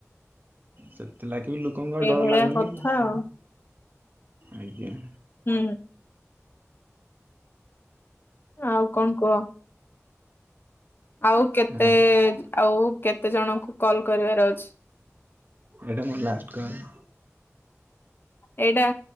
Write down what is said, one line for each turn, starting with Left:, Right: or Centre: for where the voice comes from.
Right: ସେଥିଲାଗି ବି ଲୋକଙ୍କ
Left: ଏଇଭଳିଆ
Right: ଡର ଲାଗୁନି
Left: କଥା
Right: ସବୁ
Left: ଆଉ
Right: ଆଜ୍ଞା।
Left: ହୁଁ। ଆଉ କଣ କୁହ? ଆଉ କେତେ
Right: ଆଉ
Left: ଆଉ କେତେ ଜଣଙ୍କୁ କଲ କରିବାର ଅଛି?
Right: ଏଇଟା ମୋର ଲାଷ୍ଟ କଲ।
Left: ଏଇଟା